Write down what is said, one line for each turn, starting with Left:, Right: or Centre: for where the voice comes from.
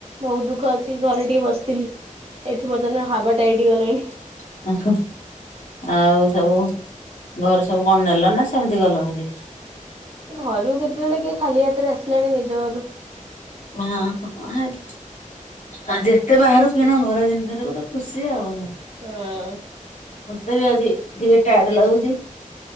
Right: ବହୁତ ଦୁଃଖ ଅଛି ଘରେ ଟିକେ ବସିଥିଲି। ଏଠି ବର୍ତ୍ତମାନ ହାବାଟାଇଟି ହେଇଗଲାଣି।
Left: <unintelligible> ଆଉ ସବୁ ଘରେ ସବୁ କଣ ନେଲ ନା ସେମିତି ଗଲ ଭାରି?
Right: ଘରୁ କେତେବେଳେ କିଏ ଖାଲି ହାତରେ ଆସିଲାଣି ନିଜ ଘରୁ?
Left: ହଁ ହଁ <unintelligible> ଆଉ ଯେତେ ବାହାରୁ କିଣ ଘର ଜିନିଷରେ ଗୋଟେ ଖୁସି ଆଉ।
Right: ହଁ।
Left: ମତେ ବି ଆଜି ଟିକେ ଟାଏଡ ଲାଗୁଛି